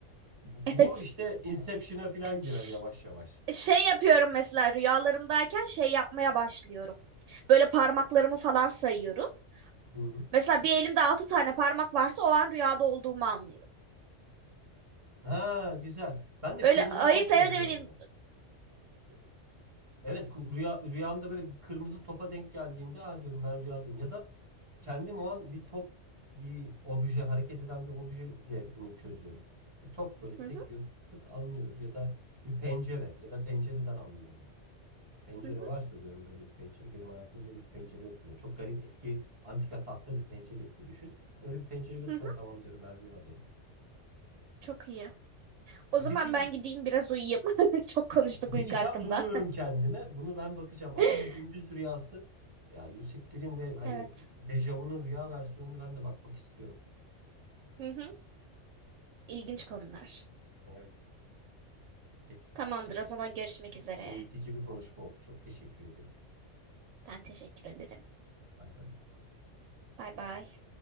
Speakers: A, on the right; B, on the right.
A: bu
B: Evet.
A: işte Inception'a falan
B: Ş-
A: girer yavaş yavaş.
B: Şey yapıyorum mesela rüyalarımdayken şey yapmaya başlıyorum. Böyle parmaklarımı falan sayıyorum.
A: Hı hı.
B: Mesela bir elimde altı tane parmak varsa o an rüyada olduğumu anlıyorum.
A: Ha güzel. Ben de
B: Böyle
A: kırmızı
B: ayırt
A: topla
B: edemediğim...
A: yapıyorum bunu. Evet ku- rüya, rüyamda böyle bir kırmızı topa denk geldiğimde ha diyorum ben rüyadayım. Ya da kendim o an bir top bir obje hareket eden bir objeyle bunu çözüyorum. Bir top böyle sekiyor
B: Hı hı,
A: pıt anlıyorum ya da bir pencere ya da pencereden anlıyorum. Pencere
B: hı hı,
A: varsa diyorum böyle bir pencere benim hayatımda böyle bir pencere yok diyorum. Çok garip eski antika tahta bir pencere gibi düşün. Öyle bir pencere görürsen
B: hı hı.
A: tamam diyorum ben rüyadayım.
B: Çok iyi. O
A: Bir,
B: zaman
A: bir,
B: ben gideyim biraz uyuyayım. <laughs> Çok konuştuk
A: bir
B: uyku
A: item
B: hakkında.
A: buluyorum kendime. Bunu ben bakacağım. Ama
B: <laughs>
A: bu gündüz rüyası ya lucid dream ve hani
B: Evet.
A: dejavu'nun rüya versiyonunu ben de bakmak istiyorum.
B: Hı hı. İlginç konular.
A: Evet. Peki.
B: Tamamdır
A: Kendine
B: o zaman
A: çok
B: görüşmek
A: iyi bak. Çok
B: üzere.
A: eğitici bir konuşma oldu. Çok teşekkür ederim.
B: Ben teşekkür ederim.
A: Bay bay.
B: Bay bay.